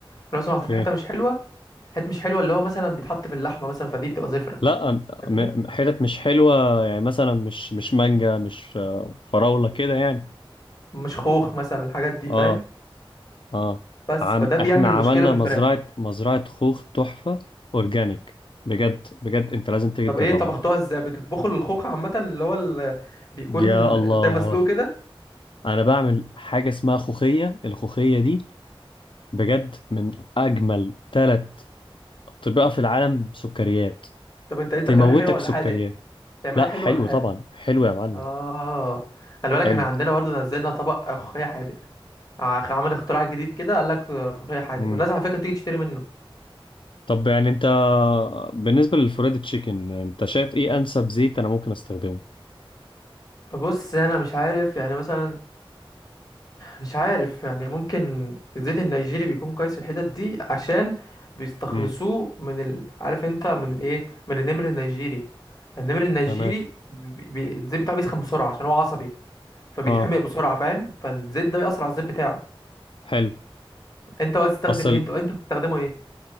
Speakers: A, on the left; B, on the left.
A: في نفس الوقت محطوط
B: اوكي
A: في حته مش حلوه حته مش حلوه اللي هو مثلا بيتحط في اللحمه مثلا فدي بتبقى زفره
B: لا م-
A: فاهمني
B: م- حتت مش حلوة يعني مثلا مش مش مانجا مش آه، فراولة كده يعني
A: مش خوخ مثلا الحاجات دي
B: اه
A: فاهم
B: اه
A: بس
B: عم
A: فده بيعمل
B: احنا عملنا
A: مشكله في الفراخ
B: مزرعة مزرعة خوخ تحفة اورجانيك بجد بجد انت لازم تيجي
A: طب
B: تجربها
A: ايه طبختوها ازاي بتطبخوا الخوخ عامه اللي هو ال- بيكون
B: يا الله
A: زي مسلوق كده
B: انا بعمل حاجه اسمها خوخيه الخوخيه دي بجد من اجمل ثلاث اطباق في العالم سكريات
A: طب انت انت
B: تموتك
A: بتعملها حلو ولا
B: سكريات
A: حادق بتعملها
B: لا
A: حلو
B: حلو
A: ولا حادق
B: طبعا حلو يا معلم
A: اه خلي بالك
B: حلو
A: احنا عندنا برضو نزلنا طبق ملوخيه حادق ع- عمل اختراع جديد كده قال لك ملوخيه حادق
B: مم.
A: والناس على فكره بتيجي تشتري منه
B: طب يعني انت بالنسبه للفريد تشيكن انت شايف ايه انسب زيت انا ممكن استخدمه
A: بص انا مش عارف يعني مثلا مش عارف يعني ممكن الزيت النيجيري بيكون كويس في الحتت دي عشان بيستخلصوه
B: امم
A: من ال... عارف انت من الايه من النمر النيجيري فالنمر النيجيري
B: تمام
A: بي... بي... الزيت بتاعه بيسخن بسرعه عشان هو عصبي فبيتحمق
B: اه
A: بسرعه فاهم فالزيت ده بيأثر على الزيت بتاعه
B: حلو
A: انت بقى تستخدم
B: اصل
A: ايه انتوا انتوا بتستخدموا ايه